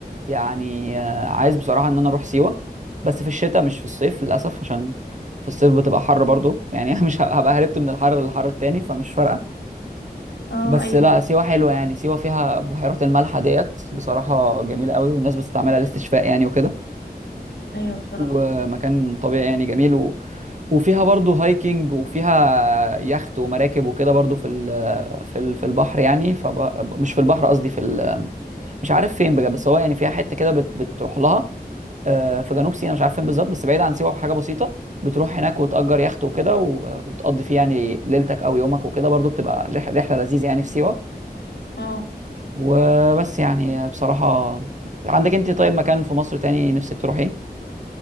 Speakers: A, on the right; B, on the left.
A: يعني آه، عايز بصراحة ان انا اروح سيوة بس في الشتاء مش في الصيف للأسف عشان في الصيف بتبقى حر برضو يعني <laughs> أنا مش ه- هبقى هربت من الحر للحر التاني فمش فارقة
B: اه
A: بس
B: ايوه
A: لا سيوة حلوة يعني سيوة فيها بحيرات الملح ديت بصراحة جميلة قوي والناس بتستعملها للاستشفاء يعني وكده
B: ايوه بصراحه
A: ومكان طبيعي يعني جميل و... وفيها برضو هايكنج وفيها يخت ومراكب وكده برضو في ال... في ال... في البحر يعني فب... مش في البحر قصدي في ال... مش عارف فين بجد بس هو يعني فيها حتة كده بت... بتروح لها آه، في جنوب سيناء مش عارف فين بالظبط بس بعيد عن سيوة بحاجة بسيطة بتروح هناك وتأجر يخت وكده و... وتقضي فيه يعني ليلتك أو يومك وكده برضو بتبقى رح... رحلة لذيذة يعني في سيوة
B: اه
A: وبس يعني بصراحة عندك انت طيب مكان في مصر تاني نفسك تروحيه؟